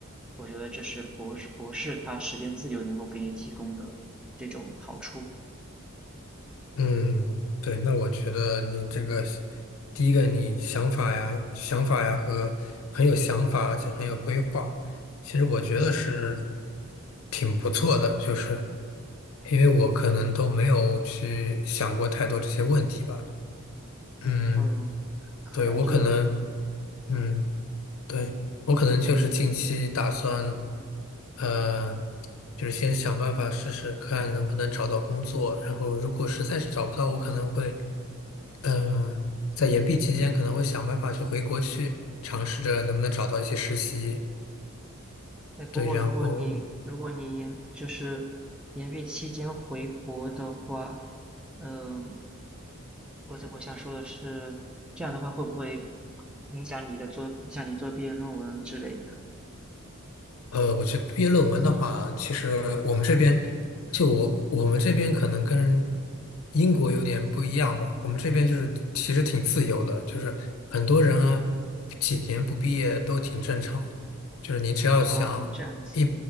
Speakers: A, in the centre; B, on the left.
A: 我觉得这是博士博士他时间自由能够给你提供的这种好处。
B: 嗯，对，那我觉得你这个是第一个，你想法呀、想法呀和很有想法，而且很有规划，其实我觉得是挺不错的，就是因为我可能都没有去想过太多这些问题吧。嗯，
A: 嗯，可能就
B: 对，我可能，嗯，对，我可能就是近期打算，
A: 可嗯，
B: 呃，就是先想办法试试看能不能找到工作，然后如果实在是找不到，我可能会。嗯，呃在延毕期间可能会想办法去回国去尝试着能不能找到一些实习，
A: 哎，不过如果你如果你研就是研毕期间回国的话，
B: 对，然后
A: 嗯，我我想说的是，这样的话会不会影响你的做影响你做毕业论文之类的？
B: 呃，我觉得毕业论文的话，其实我们这边就我我们这边可能跟英国有点不一样吧。我们这边就是其实挺自由的，
A: 嗯，
B: 就是很多人啊，几年不毕业都挺正常的。就是你只要想一，
A: 哦，这样子。